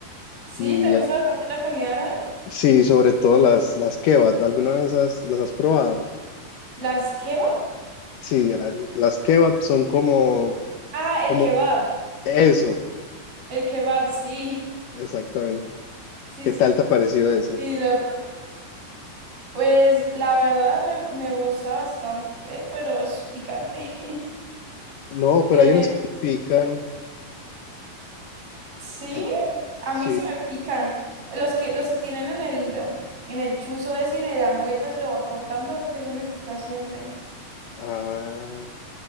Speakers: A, on the right; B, on the left.
A: Sí,
B: y
A: ¿te gusta bastante la comida árabe?
B: Sí, sobre todo las, las kebab. ¿Alguna vez has- las has probado?
A: ¿Las kebab?
B: Sí, a- las kebab son como,
A: Ah,
B: como
A: el kebab.
B: eso,
A: El kebab, sí.
B: exactamente.
A: Sí,
B: ¿Qué
A: sí,
B: tal te ha parecido ese?
A: sí, lo pues la verdad me, me gusta bastante, pero es picante. <laughs>
B: No, pero
A: Tiene,
B: hay unos que pican.
A: sí,
B: hay-
A: a
B: sí,
A: mí sí me pican. Los que, los que tienen en el, em, en el chuzo ese y le dan vueltas y lo van cortando, ese me pica siempre.
B: ah,